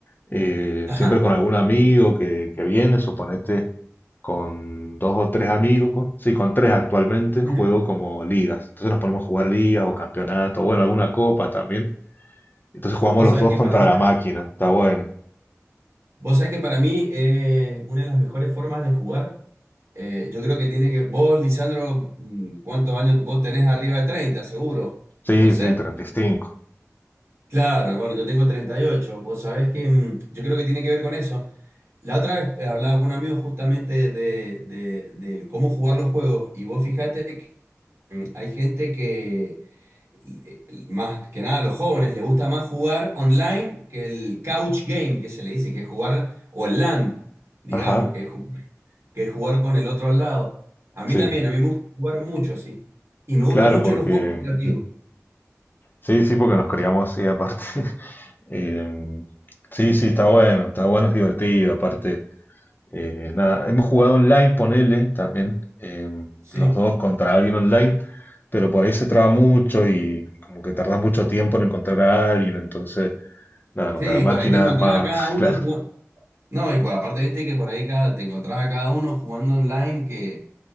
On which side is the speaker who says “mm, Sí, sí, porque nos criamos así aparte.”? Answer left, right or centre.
Left